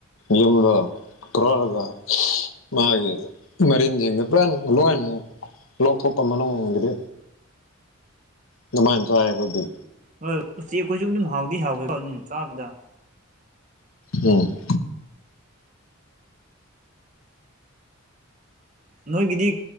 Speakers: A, on the left; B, on the right.
A: ꯌꯨꯝꯗ ꯀ꯭ꯔꯣꯔꯒ ꯃꯥꯒꯤ ꯃꯔꯤꯟꯁꯤꯡꯗ ꯄꯨꯔꯥ ꯂꯣꯏ ꯂꯧꯊꯣꯛꯄ ꯃꯅꯨꯡꯒꯤꯗꯤ ꯑꯗꯨꯃꯥꯏꯅ ꯆꯥꯏ ꯑꯩꯈꯣꯏꯗꯤ
B: ꯍꯣꯏ ꯎꯆꯦꯛꯈꯣꯏꯁꯨ ꯑꯗꯨꯝ ꯍꯥꯎꯗꯤ ꯍꯥꯎꯏꯀꯣ ꯆꯥꯕꯗ
A: ꯎꯝ
B: ꯅꯣꯏꯒꯤꯗꯤ